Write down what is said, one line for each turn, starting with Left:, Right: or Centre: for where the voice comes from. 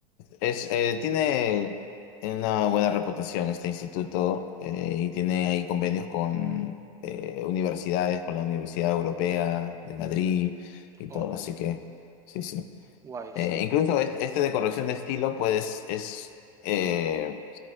Left: es, eh, tiene una buena reputación este instituto eh, y tiene ahí convenios con eh, universidades, con la Universidad Europea de Madrid y
Right: Oh,
Left: todo,
Right: vale.
Left: así que sí, sí.
Right: Guay,
Left: Eh,
Right: sí.
Left: incluso es- este de corrección de estilo, pues, es, eh,